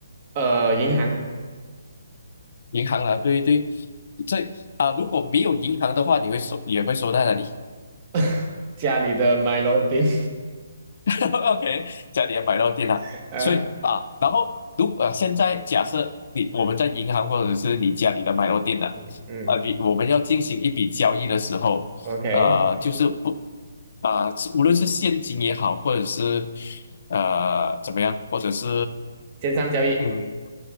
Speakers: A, on the right; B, on the left.
A: 呃，银行，
B: 银行啦，对不对？这啊、如果没有银行的话，你会收也会收在哪里？
A: <laughs> 家里的 Mylodin，
B: <laughs> OK，家里也买到电脑，
A: <laughs> 呃，
B: 所以啊，然后如果、呃现在假设你我们在银行或者是你家里的买到电脑，
A: 嗯嗯嗯
B: 啊，呃你我们要进行一笔交易的时候，
A: ，OK，
B: 呃，就是不啊、呃无论是现金也好，或者是呃怎么样，或者是
A: 线上交易，
B: 嗯